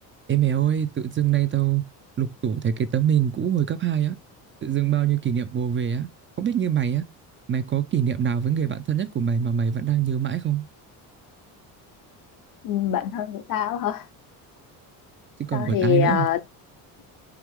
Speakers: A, on the right (about 30°); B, on the left (about 55°).
A: Ê mẹ ơi, tự dưng nay tao lục tủ thấy cái tấm hình cũ hồi cấp 2 á, tự dưng bao nhiêu kỷ niệm ùa về á, có biết như mày á, mày có kỷ niệm nào với người bạn thân nhất của mày mà mày vẫn đang nhớ mãi không?
B: Ừ, bạn thân của tao hả
A: Chứ còn
B: tao
A: của
B: thì
A: tao ai nữa.
B: ờ,